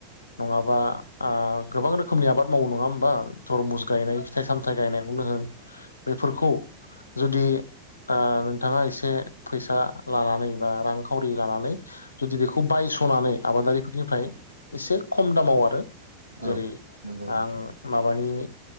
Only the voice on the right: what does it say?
औ नंगौ
नोंथां